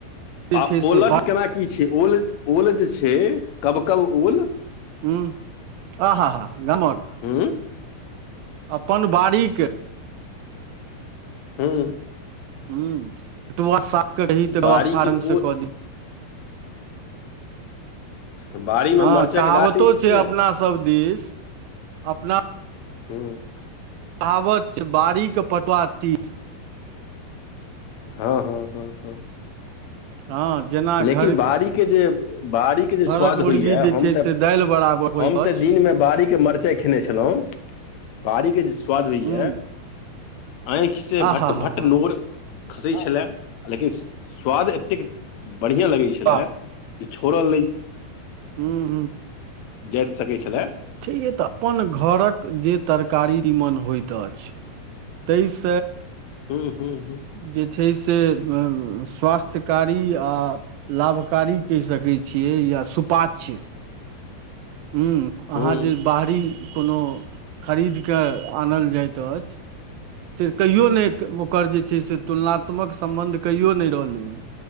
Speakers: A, on the right; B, on the left.
A: जे
B: आ
A: छै
B: ओलक
A: से
B: केना की छै ओल ओल जे छै कब कब ओल
A: हूँ आह-हा गमक
B: हूँ-उँ
A: अपन बाड़ीके
B: हूँ
A: हूँ साक रही तऽ
B: बाड़ीके
A: व्यवस्था रङ्ग से
B: ओल
A: कऽ दी
B: बाड़ी मे
A: हाँ
B: मरचाइ
A: कहावतो
B: के गाछ अछि कि
A: छै
B: नहि
A: अपना सब देिश अपना
B: ह
A: कहावत छै बाड़ीके पटुआ तीत
B: हाँ हँ हँ हँ
A: हँ जेना
B: लेकिन
A: घर
B: बाड़ीके जे बाड़ीके जे स्वाद
A: घरक मुर्गी
B: होइया
A: जे
B: हम
A: छै से
B: तऽ
A: दालि बराबर होइत
B: हम
A: अछि
B: तऽ दिनमे बाड़ीके मिरचाइ खेने छलहुँ बाड़ीके जे स्वाद होइ
A: हूँ
B: या आँंखि से
A: आ
B: भट
A: हा हा
B: भट
A: हा
B: नोर खसै छलाह लेकिन स्वाद एतेक बढ़ियाँ लगै छलाह
A: वाह
B: जे छोड़ल नहि
A: हूँ
B: जाइत सकैत छलाह
A: छैै तऽ अपन घरक जे तरकारी निमन होइत अछि तेइस
B: हूँ हूँ हूँ
A: जे छैय से स्वास्थ्यकारी आओ लाभकारी कैह सकैत छियै या सुपाच्य हूँ अहाँ
B: हूँ
A: जे बाहरी कोनो खरीद कऽ आनल जाइत अछ से कहियो नय ओकर जे छै से तुलनात्मक सम्बन्ध कहिओ नय रहलै हेँ